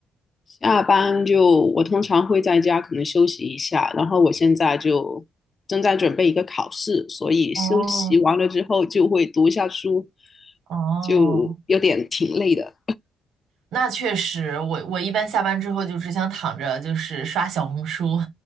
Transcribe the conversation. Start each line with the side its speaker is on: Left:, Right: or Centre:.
Left: 下班就我通常会在家可能休息一下，然后我现在就正在准备一个考试，所以休息完了之后就会读一下书，
Right: 哦，哦，
Left: 就有点挺累的
Right: 那确实，我我一般下班之后就只想躺着，就是刷小红书，